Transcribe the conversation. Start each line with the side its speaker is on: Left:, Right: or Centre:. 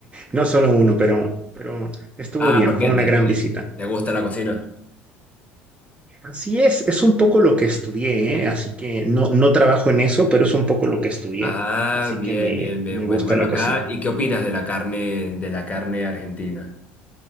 Right: no solo uno, pero, pero estuvo
Left: Ah,
Right: bien,
Left: ¿por
Right: fue
Left: qué?
Right: una
Left: ¿Te,
Right: gran
Left: te,
Right: visita.
Left: te gusta la cocina?
Right: Así es, es un poco lo que estudié, ¿eh? Así que no, no trabajo en eso, pero es un poco lo que estudié,
Left: Ah,
Right: así
Left: bien,
Right: que me,
Left: bien, bien.
Right: me
Left: Bueno,
Right: gusta
Left: bueno,
Right: la
Left: acá,
Right: cocina.
Left: ¿y qué opinas de la carne, de la carne argentina?